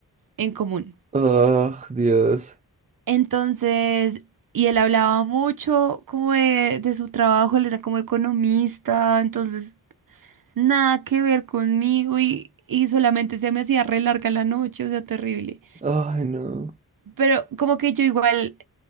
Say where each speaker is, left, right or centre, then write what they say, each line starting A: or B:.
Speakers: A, on the right (about 70°); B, on the right (about 20°).
A: en común.
B: Ah, Dios.
A: Entonces, y él hablaba mucho como de, de su trabajo, él era como economista, entonces nada que ver conmigo y, y solamente se me hacía re larga la noche, o sea, terrible.
B: Ay, no.
A: Pero como que yo igual,